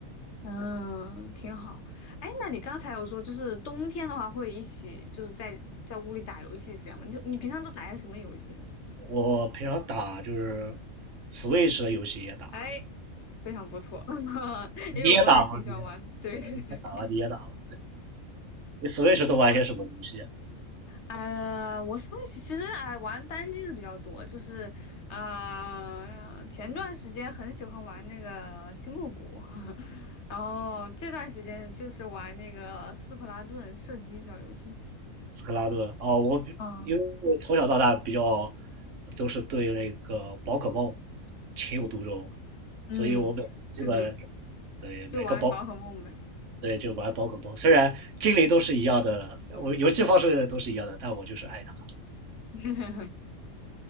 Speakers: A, on the left; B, on the right.
A: 嗯，挺好。哎，那你刚才有说，就是冬天的话会一起就是在在屋里打游戏是这样吗？你就你平常都打些什么游戏呢？
B: 我平常打就是 Switch 的游戏也打，
A: 哎，非常不错，<laughs> 因为我也挺喜欢玩。
B: 你也打吗？你
A: 对对对。
B: 也打吗？你也打吗？你 Switch 都玩些什么游戏啊？
A: 嗯，呃，我是不是其实哎玩单机的比较多，就是啊、呃前段时间很喜欢玩那个星露谷，<laughs> 然后这段时间就是玩那个斯普拉顿射击小游戏。
B: 斯科拉顿哦，我因为从小到大比较
A: 嗯，哦，
B: 都是对那个宝可梦情有独钟，
A: 嗯，
B: 所以我每基本
A: 这个
B: 对每个宝
A: 就玩宝可梦呗。
B: 对就玩宝可梦，虽然精灵都是一样的，我游戏方式都是一样的，但我就是爱它
A: <laughs>